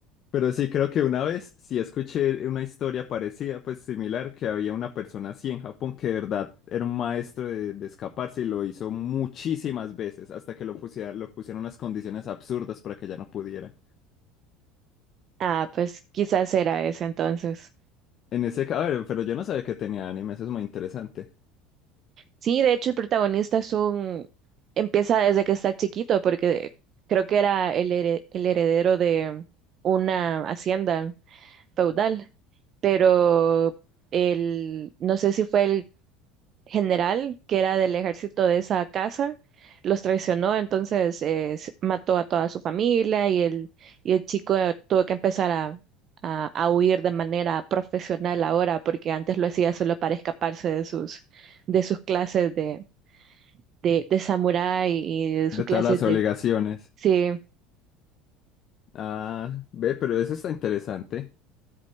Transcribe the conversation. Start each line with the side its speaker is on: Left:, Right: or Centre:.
Left: Pero sí, creo que una vez sí escuché una historia parecida, pues similar, que había una persona así en Japón que de verdad era un maestro de, de escaparse y lo hizo muchísimas veces hasta que lo pusiera, lo pusieron unas condiciones absurdas para que ya no pudiera.
Right: Ah, pues quizás era ese entonces.
Left: En ese caso, pero yo no sabía que tenía anime, eso es muy interesante.
Right: Sí, de hecho el protagonista es un... empieza desde que está chiquito, porque creo que era el, here- el heredero de una hacienda. feudal, pero el, no sé si fue el general que era del ejército de esa casa, los traicionó, entonces eh, s- mató a toda su familia y el, y el chico eh, tuvo que empezar a, a, a huir de manera profesional ahora, porque antes lo hacía solo para escaparse de sus, de sus clases de, de, de samurái y de sus
Left: De
Right: clases
Left: todas las obligaciones.
Right: de... Sí.
Left: Ah, ve, pero eso está interesante.